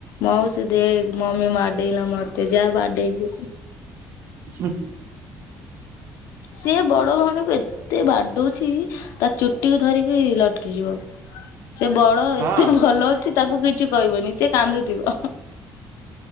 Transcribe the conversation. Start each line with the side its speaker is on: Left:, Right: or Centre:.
Left: ମାଉସୀ ଦେଖ ମମି ବାଡେଇଲା ମତେ ଯା ବାଡେଇବୁ।
Right: ହୁଁ ହୁଁ।
Left: ସିଏ ବଡ ଭଉଣୀ କୁ ଏତେ ବାଡଉଚି ତା ଚୁଟିକୁୁ ଧରିକି ଲଟକି ଯିବ। ସେ ବଡ
Right: ହଁ
Left: ଏତେ ଭଲ ଅଛି ତାକୁ କିଛି କହିବନି ସେ କାନ୍ଦୁଥିବ।